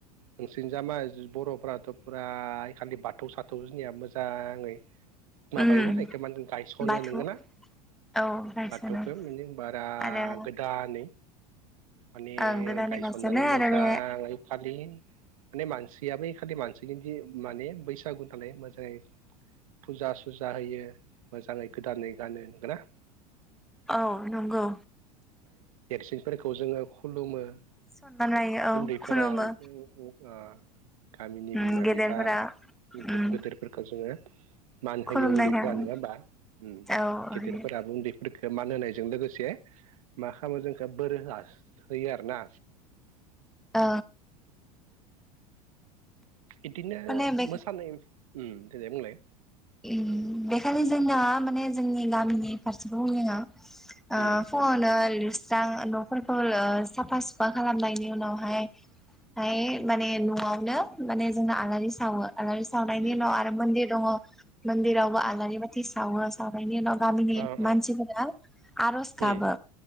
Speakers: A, on the right (about 60°); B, in the centre.
A: नोंसोरनि जामा बर'फ्राथ' फुरा खालि बाथौ साथौ जुनिया मोजाङै माबायोना
B: उम
A: एखुमान गायस'नो
B: बाथौ
A: नोंगोन ना?
B: औ गायसनो
A: बाथौखौ माने बारा
B: आरो
A: गोदानै माने
B: ओं गोदानै
A: गायसननानै
B: गायसनो
A: मोजाङै
B: आरो बे
A: फलिन माने मानसियाबो एखालि मानसिनि दि माने बैसागु नालाय मोजाङै फुजा सुजा होयो मोजाङै गोदानै गानो नंगोना?
B: औ नंगौ।
A: फोरखौ जोङो खुलुमो
B: सनमान लायो औ
A: उन्दैफोरा
B: खुलुमो
A: ओ गामिनि
B: उम
A: बिमा
B: गेदेरफोरा
A: बिफा गोदोरफोरखौ
B: उम
A: जोङो मान
B: खुलुमनाय
A: होयो उन्दैफोरा
B: थाङो
A: नङा होमबा ओम
B: औ
A: गेदेरफोराबो
B: होयो
A: उन्दै फोरख मान होनायजों लोगोसे मा खालामो जोंखो बोर होआ होयो आरोना
B: ओ
A: बिदिनो
B: माने बे
A: मोसानाय ओम देनाय बुंलाय?
B: ओम बेखालि जोंना माने जोंनि गामिनि फारसेखौ बुंनि आं आ
A: उम
B: फुंआवनो मोजां न'फोरखौ ओ साफा सुफा खालामनायनि उनावहाय फाय माने न'आवनो माने जोंना आलारि सावो। आलारि सावनायनि
A: उम
B: उनाव आरो मन्दिर दङ मन्दिरावबो आलारि बाथि सावो सावनायायनि उनाव गामिनि
A: अ
B: मानसिफोरा
A: अ
B: आर'ज गाबो
A: उम